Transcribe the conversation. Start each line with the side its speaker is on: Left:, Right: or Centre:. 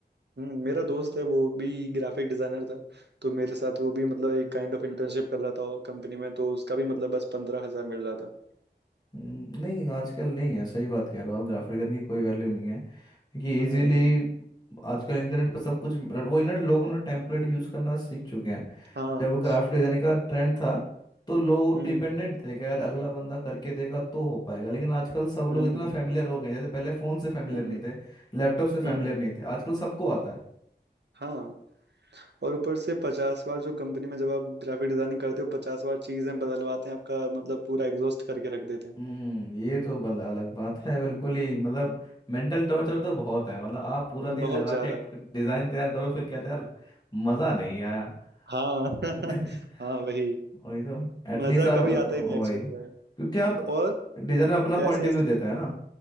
Right: हम्म, मेरा दोस्त है वो भी ग्राफिक डिजाइनर था तो मेरे साथ वो भी मतलब एक काइंड ऑफ इंटर्नशिप कर रहा था कंपनी में तो उसका भी मतलब बस पंद्रह हजार मिल रहा था
Left: हम्म, नहीं आजकल नहीं है सही बात कह रहे हो आप ग्राफिक डिजाइनर की कोई वैल्यू नहीं है क्योंकि
Right: हम्म
Left: इजीली आजकल इंटरनेट पर सब कुछ और वो ना लोगों ने टेम्पलेट यूज करना सीख चुके हैं
Right: हाँ
Left: जब ग्राफिक डिजाइनिंग का ट्रेंड था तो लोग
Right: हम्म
Left: डिपेंडेंट थे कि यार अगला बंदा करके देगा तो हो पाएगा लेकिन आजकल सब लोग
Right: हम्म
Left: इतना फैमिलियर हो गए हैं, जैसे पहले फोन से फैमिलियर
Right: हम्म
Left: नहीं थे लैपटॉप से फैमिलियर
Right: हम्म,
Left: नहीं थे आजकल सबको आता है
Right: हाँ और ऊपर से पचास बार जो कंपनी में जब आप ग्राफिक डिजाइनिंग करते हो पचास बार चीजें बदलवाते हैं आपका मतलब पूरा एग्जॉस्ट करके रख देते हैं
Left: हम्म ये तो बल अलग बात है बिल्कुल ही मतलब मेंटल टॉर्चर तो बहुत है मतलब आप पूरा दिन
Right: बहुत
Left: लगा
Right: ज्यादा
Left: के एक डिजाइन तैयार करो फिर कहते हैं यार मजा नहीं आया
Right: हाँ <laughs>
Left: <laughs>
Right: हाँ वही
Left: वही तो एटलीस्ट
Right: मजा
Left: आप
Right: कभी आता ही
Left: वही
Right: नहीं एक्चुअली
Left: क्योंकि
Right: में
Left: आप
Right: और
Left: डिजाइनर अपना पॉइंट
Right: ऐसे
Left: ऑफ
Right: ऐसे
Left: व्यू देता है ना